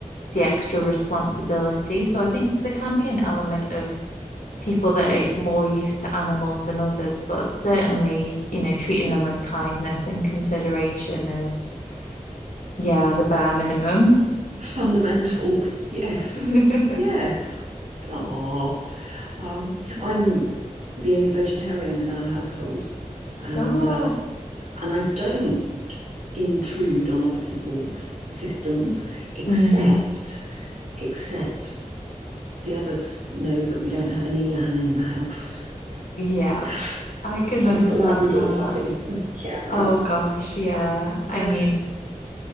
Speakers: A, on the left; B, on the right.
A: the extra responsibility. So I think there can be an element of people that are more used to animals than others, but certainly, you know, treating them with kindness and consideration is, yeah, the bare minimum.
B: Fundamental. <laughs> Yes.
A: <laughs>
B: Yes. Oh, um, I'm the only vegetarian in our household, and
A: Oh,
B: uh, and I don't intrude on other people's systems, except
A: mm,
B: except the others know that we don't have any lamb in the house
A: yeah,
B: <laughs> because
A: I can
B: it's
A: understand
B: like a Labrador
A: that.
B: puppy. <laughs> Yeah,
A: Oh gosh, yeah. I
B: they're
A: mean,